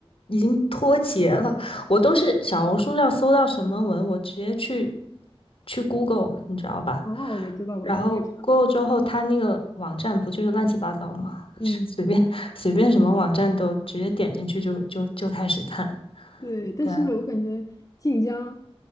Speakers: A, on the left (about 65°); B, on the left (about 35°).
A: 已经脱节了。我都是小红书上搜到什么文，
B: 哎，
A: 我直接去去 Google，你知道吧？
B: 哦，我知道，我知道，
A: 然后
B: 我也查不到。
A: Google 之后，它那个网站不就是乱七八糟吗？<laughs>
B: 嗯。
A: 随便随便什么网站都直接点进去就就就开始看。
B: 对，但是我感觉晋江
A: 对，